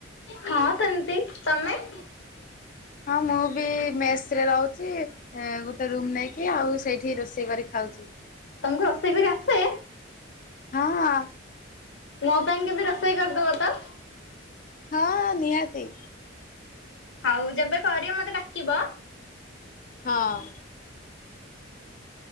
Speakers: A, on the left (about 65°); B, on the left (about 40°).
A: ହଁ ସେମିତି। ତମେ?
B: ହଁ ମୁଁ ବି ମେସି ରେ ରହୁଚି। ଗୋଟେ ରୁମ ନେଇକି ଆଉ ସେଇଠି ରୋଷେଇ କରି ଖାଉଚି।
A: ତମକୁ ରୋଷେଇ କରି ଆସେ?
B: ହଁ।
A: ମୋ ପାଇଁ କେବେ ରୋଷେଇ କରିଦବ ତ।
B: ହଁ ନିହାତି।
A: ହଉ ଯେବେ କରିଅ ମତେ ଡାକିବ।
B: ହଁ।